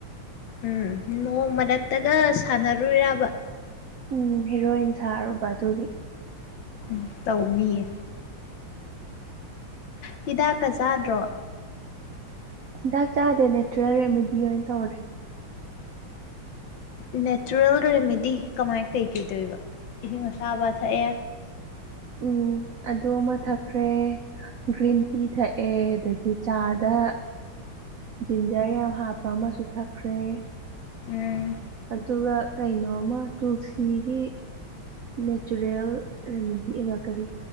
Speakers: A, on the left (about 70°); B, on the right (about 75°).
A: ꯎꯝ ꯅꯣꯡ ꯃꯔꯛꯇꯒ ꯁꯥꯟꯅꯔꯨꯏꯔꯥꯕ꯫
B: ꯎ ꯍꯦꯔꯣꯏꯟ ꯁꯥꯔꯨꯕ ꯑꯗꯨꯒꯤ꯫
A: ꯎ ꯇꯧꯅꯤꯌꯦ ꯍꯤꯗꯥꯛꯀ ꯆꯥꯗ꯭ꯔꯣ꯫
B: ꯍꯤꯟꯗꯥꯛ ꯆꯥꯗꯦ ꯅꯦꯆ꯭ꯔꯦꯜ ꯔꯦꯃꯤꯗꯤ ꯑꯣꯏꯅ ꯇꯧꯔꯦ꯫
A: ꯎ ꯅꯦꯆ꯭ꯔꯦꯜ ꯔꯦꯃꯤꯗꯤ ꯀꯃꯥꯏ ꯀꯩꯀꯩ ꯇꯧꯏꯕ ꯏꯁꯤꯡ ꯑꯁꯥꯕ ꯊꯛꯑꯦ꯫
B: ꯎꯝ ꯑꯗꯨ ꯃꯊꯛ ꯈ꯭ꯔꯦ ꯒ꯭ꯔꯤꯟ ꯇꯤ ꯊꯛꯑꯦ ꯗꯒꯤ ꯆꯥꯗ ꯖꯤꯟꯖꯔ ꯌꯥꯝ ꯍꯥꯞꯄ ꯑꯃꯁꯨ ꯊꯛꯈ꯭ꯔꯦ꯫
A: ꯎꯝ꯫
B: ꯑꯗꯨꯒ ꯀꯩꯅꯣꯃ ꯇꯨꯜꯁꯤꯒꯤ ꯅꯦꯆꯨꯔꯦꯜ ꯔꯦꯃꯤꯗꯤ ꯑꯦꯒ ꯀꯔꯤ